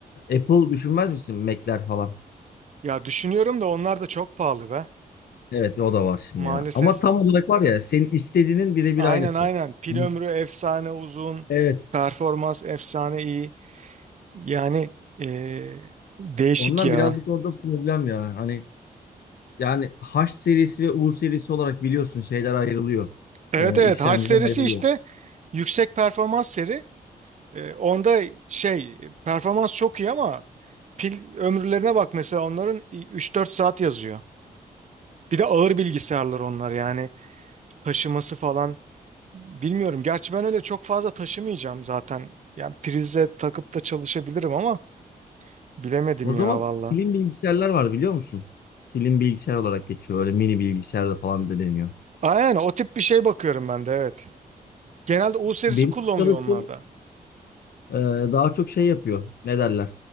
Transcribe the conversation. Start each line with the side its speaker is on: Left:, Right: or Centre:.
Left: Apple düşünmez misin? Mac'ler falan.
Right: ya düşünüyorum da onlar da çok pahalı be.
Left: Evet o da var şimdi
Right: Maalesef
Left: ya. Ama tam olarak var ya senin istediğinin birebir
Right: aynen
Left: aynısı.
Right: aynen pil
Left: Hani,
Right: ömrü efsane uzun
Left: evet.
Right: performans efsane iyi. Yani ee, değişik
Left: Ondan
Right: ya.
Left: birazcık orada problem ya. Hani yani H serisi ve U serisi olarak biliyorsun şeyler ayrılıyor.
Right: Evet
Left: Ee,
Right: evet
Left: işlemciler
Right: H serisi
Left: ayrılıyor.
Right: işte yüksek performans seri. E, onda şey performans çok iyi ama pil ömürlerine bak mesela onların üç dört saat yazıyor. Bir de ağır bilgisayarlar onlar yani taşıması falan bilmiyorum. Gerçi ben öyle çok fazla taşımayacağım zaten. Yani prize takıp da çalışabilirim ama bilemedim
Left: O
Right: ya
Left: zaman
Right: valla.
Left: slim bilgisayarlar var biliyor musun? Slim bilgisayar olarak geçiyor. Öyle mini bilgisayarda falan da deniyor.
Right: Aynen o tip bir şey bakıyorum ben de evet. Genelde U serisi
Left: Benim
Right: kullanılıyor
Left: arkadaşım
Right: onlarda.
Left: Ee, daha çok şey yapıyor. Ne derler?